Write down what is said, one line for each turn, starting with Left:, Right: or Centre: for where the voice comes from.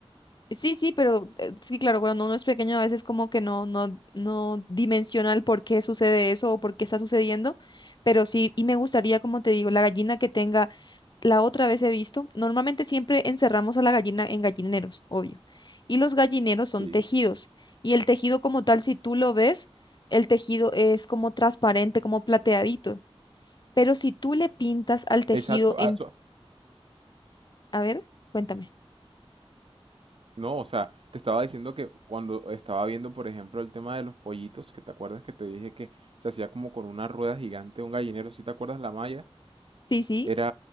Left: Sí, sí, pero eh, sí, claro, cuando uno es pequeño a veces como que no, no, no dimensiona el por qué sucede eso o por qué está sucediendo, pero sí, y me gustaría, como te digo, la gallina que tenga, la otra vez he visto, normalmente siempre encerramos a la gallina en gallineros, obvio, y los gallineros son
Right: Sí,
Left: tejidos, y el tejido como tal, si tú lo ves, el tejido es como transparente, como plateadito, pero si tú le pintas al tejido
Right: exacto.
Left: en,
Right: a eso-
Left: a ver, cuéntame.
Right: no, o sea, te estaba diciendo que cuando estaba viendo, por ejemplo, el tema de los pollitos, que te acuerdas que te dije que se hacía como con una rueda gigante, un gallinero, si te acuerdas la malla?
Left: Sí, sí.
Right: Era,